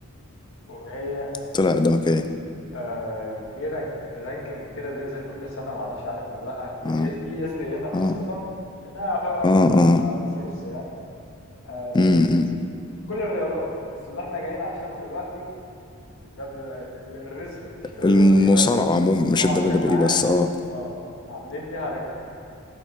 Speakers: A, on the left (about 65°); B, on the left (about 20°).
A: وهي
B: طلع قدامك ايه
A: آه في رانك رانكينج كده بينزل كل سنة معرفش عارف ولا لأ في
B: اه
A: إي إس بي إن خاصة
B: اه
A: لأنها يعتبر أكبر
B: اه اه
A: آه سورس يعني آه
B: امم
A: كل الرياضات بس اللي إحنا جايين عشانه دلوقتي الدبليو الريسلينج مش الدبليو
B: المصارعة
A: دبليو إي بس
B: عموما مش
A: طبعا
B: الدبليو
A: بشكل
B: دبليو
A: عام
B: اي بس اه
A: أه عاملين ليها رانكينج